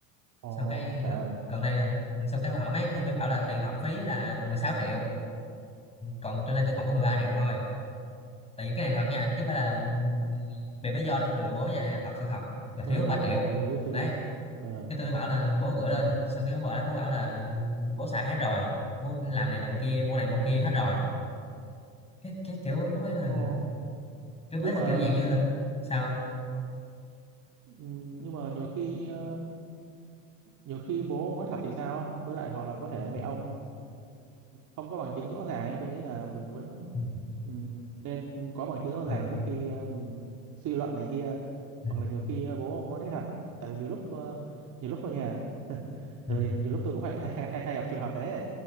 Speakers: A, on the right (about 50°); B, on the left (about 15°).
A: Ồ,
B: xong cái
A: trời
B: gần,
A: ơi.
B: gần đây là xong cái hỏi mấy tôi mới bảo là tiền học phí là mười sáu triệu còn trên đây tôi còn có 13 triệu thôi tại những cái này thật nha chứ không phải là đẹp lý do đi vừa lừa bố nha này là thật sự thật là thiếu
A: ờ ờ,
B: ba triệu
A: ờ, tôi biết tôi
B: đấy
A: biết. ờ
B: cái tôi mới bảo là bố gửi lên xong cái bố bảo, bố bảo là bố xài hết rồi bố làm này làm kia mua này mua kia hết rồi cái cái kiểu lúc ấy là
A: Ồ,
B: kiểu mấy
A: nhưng
B: là
A: mà
B: kiểu dạng như là sao
A: ừm, nhưng mà nhiều khi ờ, nhiều khi bố ông nói thật thì sao với lại hoặc là có thể
B: ừ,
A: mẹ ông không có bằng chứng rõ ràng ấy tôi nghĩ là mình vẫn
B: ừ,
A: ừm, nên có bằng chứng rõ
B: ờ,
A: ràng trước khi ờ, mình suy luận này kia
B: ừ,
A: hoặc là nhiều khi ờ, bố ông nói thế thật tại vì nhiều lúc tôi nhiều lúc thôi nha <laughs>
B: ừ,
A: tại vì nhiều lúc tôi cũng hay hay, hay, hay gặp trường hợp đấy